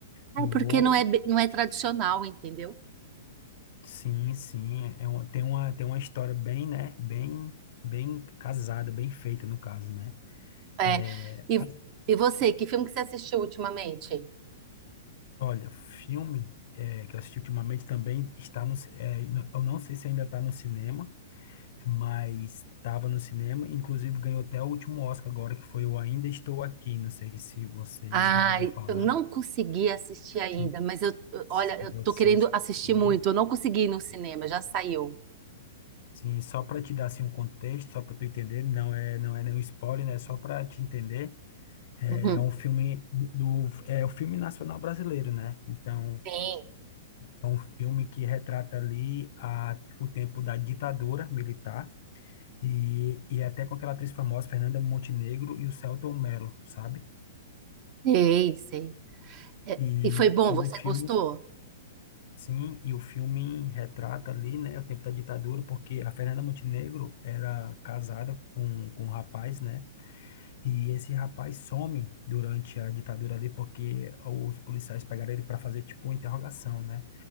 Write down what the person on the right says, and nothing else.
É
porque não é, be- não é tradicional, entendeu?
É.
E,
e você, que filme que você assistiu ultimamente?
Ai,
eu não consegui assistir ainda,
mas eu, eu-
olha, eu
tô querendo
assistir muito. Eu não consegui ir no cinema, já saiu.
Uhum.
Sim,
sei, sei. É,
e foi bom,
você
gostou?